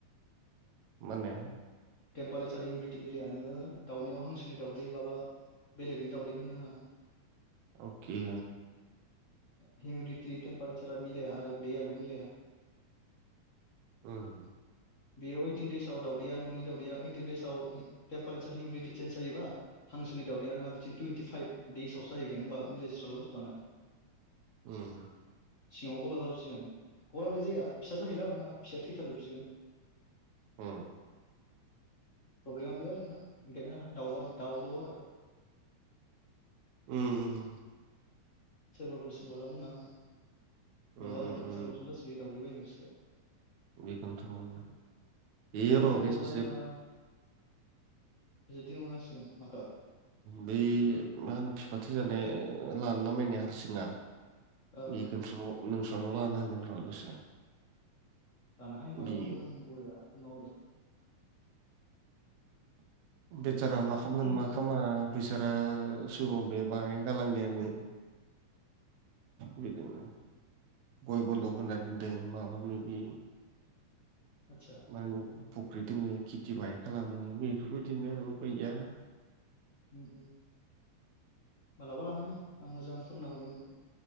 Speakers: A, on the right; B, on the left.
A: माने
B: टेम्पारेसार हिउमिडटि मिलाया नोङो दाउनियाव हांसोनि दाउदै बाबा बेलेगनि दावउदै होनो नाङा
A: अके
B: हिउमिदिटि टेम्पारेसारा मिलाया आरो दैयाबो मिलाया
A: उम
B: बेयो ओइटिन देसआव दावदैया न'नि दावदैया ओइटिन दसाव मपारेसार हउमिटि चेन्स जायोा हांसोनि दावदैया नङा टुइन्टिफाइभ देसआवसोहैोन होनोमबा मिलायस्रला बुथुआनो
A: उम
B: सिङाव गला जाबोबसिगोन गलालाय जाया फिसा जाहैला आरोना फिसाया थैथाबजोबसिगोन
A: अ
B: प्रब्लेमा बे आरोना <unintelligible> दाउबा दाउल' आरो <inaudible>
A: उम उम
B: सोरबाफोर सोंबाला बुंना हो नङाबा
A: उम
B: ओरैनो फैसा
A: उम
B: लकसन जासिगोन दावदै बायनाय बिसोरखौ
A: बेखौनोथ' बे र'
B: आं आंबो
A: बे
B: अर्डार
A: सासे
B: होना दिहुननांसिगोन माखो
A: बै मा होनो फिफा थैजानाय लान नामायनाय हारसिङा
B: ओ
A: बेखौस' नों <unintelligible> हागोनर' दसे
B: लाना हाय मालाबाफोर
A: बि
B: आं बरिया फोरोंना
A: बेसारा मा खालामामोन
B: हरगोन
A: मा खालामा बेसारा सिगाङाव बे बाहाय गालांनायानो बेजोंनो गय बन्दक होना दोनदों माबा माबि
B: आदसा
A: मा होनो फुख्रि दोङो खेथि बाहाय खालामो बेफोरबायदिनो आरो उपाय गैया।
B: उम उम लाबा लानो हायो आं मोजां फोरोंना हरगोन नोंखो।